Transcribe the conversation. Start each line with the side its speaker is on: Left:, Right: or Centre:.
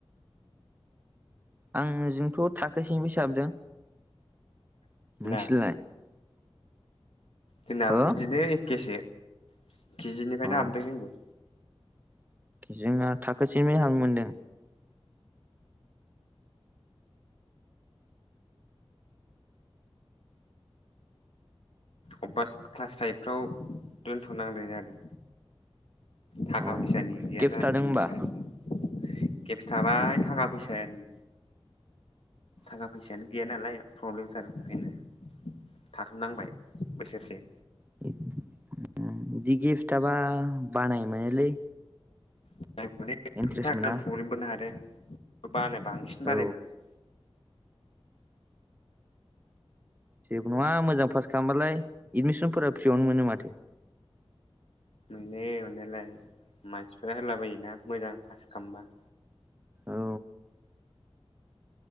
Right: आङो जोंथ' थाखोसेनि फायसो हाबदों। <unintelligible>
Left: ना जोंनाबो
Right: हो
Left: बिदिनो एकेसो। केजिनिफायनो
Right: अ
Left: हाबदों जोंबो।
Right: <unintelligible>
Left: अबबा क्लास फाइभफ्राव दोनथ'नांदों जादों। थाखा
Right: अ
Left: फैसानि गैयाना
Right: गेप्स थादों
Left: एदमिसन
Right: होमबा
Left: सम खेबसे थाबाय थाखा फैसायान थाखा फैसायानो गैया नालाय प्रब्लेमथार ओंखायनो थाथ'नांबाय बोसोरसे
Right: <unintelligible> इदि गेफस थाबा बानाय मोनोलै।
Left: <unintelligible>
Right: इन्ट्रेस्ट
Left: प्रब्लेम
Right: मोना
Left: बोना आरो। बानाय बांसिन
Right: औ
Left: बानाय मोनो।
Right: जेबो नङा मोजां पास खालामबालाय एडमिसनफोरा फ्रियावनो मोनो माथो
Left: मोनो मोननायालाय मानसिफ्रा होलाबायोना मोजां पास खामबा
Right: औ